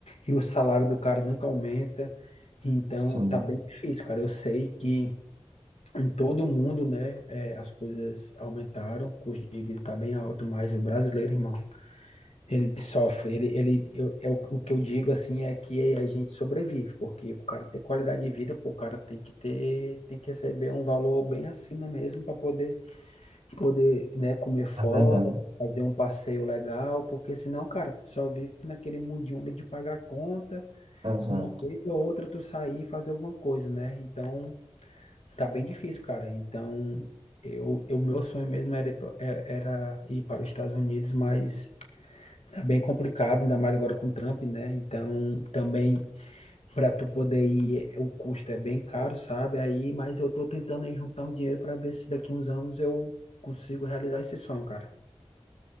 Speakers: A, on the left (about 75°); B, on the right (about 85°).
A: E o salário do cara nunca aumenta. Então,
B: sim.
A: tá bem difícil, cara. Eu sei que em todo o mundo, né, é, as coisas aumentaram, o custo de vida está bem alto, mas o brasileiro, irmão, ele sofre, ele, ele eu, é o, o que eu digo, assim, é que a gente sobrevive, porque o cara ter qualidade de vida, pô, o cara tem que ter, tem que receber um valor bem acima mesmo para poder, poder, né, comer fora,
B: É verdade,
A: fazer um passeio legal, porque senão, cara, tu só vive naquele mundinho ali de pagar conta,
B: exato.
A: uma vez ou outra tu sair e fazer alguma coisa, né, então... Tá bem difícil, cara. Então, eu, eu meu sonho mesmo era ir, pa- é- era ir para os Estados Unidos, mas tá bem complicado, ainda mais agora com o Trump, né? Então, também para tu poder ir, é- o custo é bem caro, sabe? Aí, mas eu tô tentando aí juntar um dinheiro para ver se daqui uns anos eu consigo realizar esse sonho, cara.